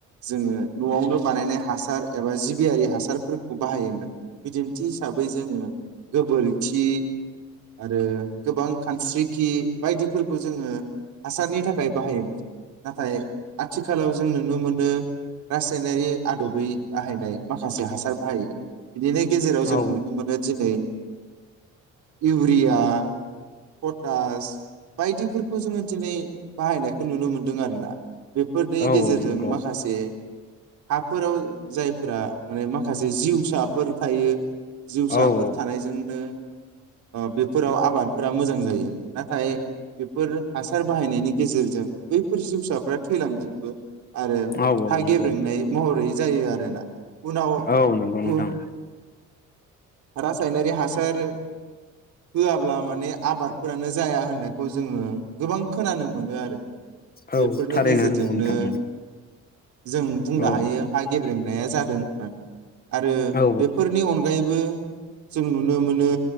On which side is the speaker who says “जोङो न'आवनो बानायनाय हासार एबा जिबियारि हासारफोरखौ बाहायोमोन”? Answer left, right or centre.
Right